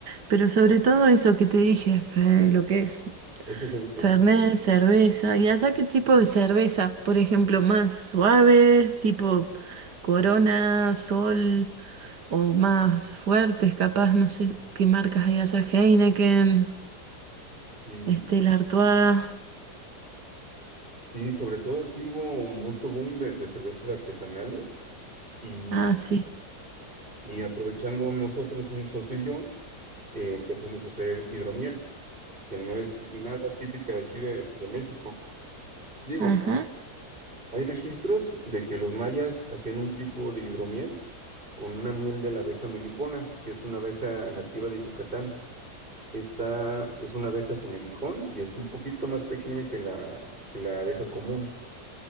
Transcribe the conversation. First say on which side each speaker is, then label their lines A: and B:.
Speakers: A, on the right (about 80°); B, on the right (about 30°).
A: pero sobre todo eso que te dije, fe- lo que es
B: Es que so- es-
A: Fernet, cerveza, ¿y allá qué tipo de cerveza? Por ejemplo, más suaves, tipo Corona, Sol, o más fuertes, capaz, no sé qué marcas hay allá, Heineken,
B: y,
A: Stella Artois,
B: y sobre todo aquí hubo mucho boom de, de cervezas artesanales y,
A: ah, sí.
B: y aprovechando nosotros un socio y yo, eh, empezamos a hacer hidromiel, que no es nada típica de aquí de, de México. Digo,
A: Ajá,
B: hay registros de que los mayas hacían un tipo de hidromiel con una miel de la abeja melipona, que es una abeja nativa de Yucatán. Esta es una abeja sin aguijón y es un poquito más pequeña que la, que la abeja común.